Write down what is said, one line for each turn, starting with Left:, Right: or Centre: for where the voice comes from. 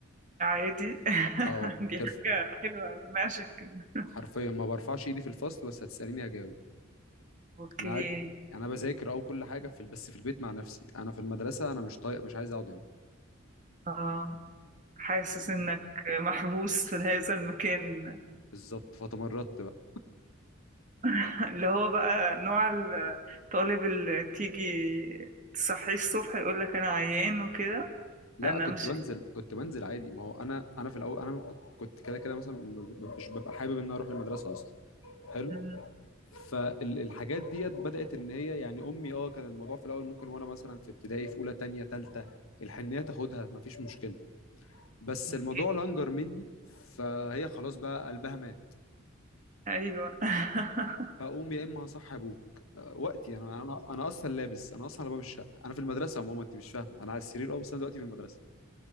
Right: عادي <laughs>
Left: اه الترف
Right: دي حاجة حلوة أوي ماشي كده
Left: حرفيا ما برفعش ايدي في الفصل بس هتساليني هجاوب
Right: اوكي
Left: انا قاعد انا بذاكر او كل حاجه في ال- بس في البيت مع نفسي انا في المدرسه انا مش طايق مش عايز اقعد هنا
Right: اه حاسس
Left: فاهمني؟
Right: انك محبوس في هذا المكان
Left: بالظبط فتمردت بقى
Right: <laughs> اللي هو بقى نوع الطالب اللي تيجي تصحيه الصبح يقول لك انا عيان وكده
Left: لا
Right: انا
Left: كنت
Right: مش
Left: بنزل كنت بنزل عادي ما هو انا انا في الاول انا م- كنت كده كده مثلا م- مش ببقى حابب ان أنا اروح المدرسه اصلا حلو
Right: مم.
Left: فالحاجات ديت بدات ان هي يعني امي اه كان الموضوع في الاول ممكن وانا مثلا في ابتدائي في اولى تانية تالتة الحنيه تاخدها مفيش مشكله بس
Right: اوكي.
Left: الموضوع لانجر مني فهي خلاص بقى قلبها مات
Right: ايوه <laughs>
Left: هقوم يا اما هصحي ابوك أه، وقتي انا انا انا اصلا لابس انا اصلا على باب الشقه انا في المدرسه يا ماما انت مش فاهمه انا على السرير اه بس انا دلوقتي في المدرسه